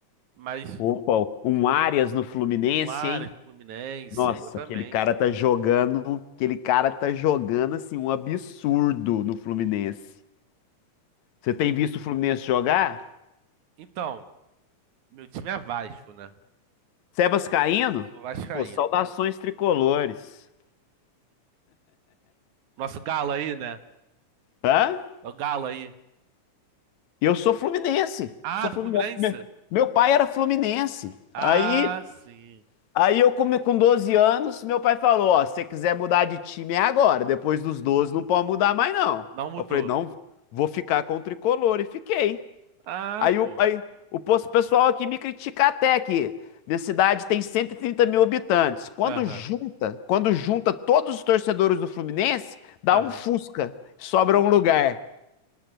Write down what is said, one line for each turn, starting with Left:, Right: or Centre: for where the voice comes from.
Right: Mas
Left: Opa, um Arias no Fluminense,
Right: um Aras
Left: hein?
Right: no Fluminense,
Left: Nossa,
Right: exatamente.
Left: aquele cara tá jogando, aquele cara tá jogando assim um absurdo no Fluminense.
Right: Uhum.
Left: Você tem
Right: E-
Left: visto o Fluminense jogar?
Right: então, meu time é Vasco, né?
Left: Você é vascaíno?
Right: Sou vascaíno.
Left: Pô, saudações tricolores.
Right: Nosso galo aí, né?
Left: Hã?
Right: É o galo aí.
Left: Eu sou fluminense.
Right: Ah,
Left: Sou
Right: do
Left: fluminense.
Right: Fluminense?
Left: Me- Meu pai era fluminense.
Right: Ah,
Left: Aí,
Right: sim.
Left: aí eu come- com 12 anos, meu pai falou, ó, se você quiser mudar de time é agora, depois dos 12 não pode mudar mais não.
Right: Não mudou.
Left: Eu falei, não, vou ficar com o tricolor e fiquei.
Right: Ah,
Left: Aí o,
Right: pô.
Left: aí, o pos- pessoal aqui me critica até que minha cidade tem 130 mil habitantes. Quando
Right: Aham,
Left: junta, quando junta todos os torcedores do Fluminense, dá
Right: aham.
Left: um Fusca, sobra um lugar.